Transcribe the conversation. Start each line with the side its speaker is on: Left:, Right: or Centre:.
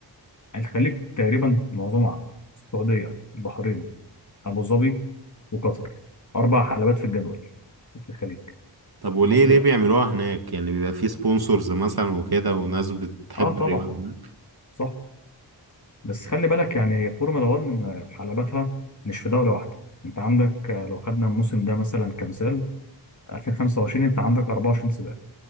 Left: الخليج تقريبا معظمه عرب السعودية البحرين ابو ظبي وقطر اربع حلبات في الجدول في الخليج
Right: طب وليه
Left: مصر
Right: ليه
Left: لا
Right: بيعملوها هناك يعني بيبقى في سبونسرز مثلا وكده وناس بتحب
Left: اه طبعا
Right: الرياضة هناك
Left: صح بس خلي بالك يعني فورمولا 1 حلبتها مش في دوله واحده انت عندك آه، لو خدنا الموسم ده مثلا كمثال 2025 انت عندك 24 سباق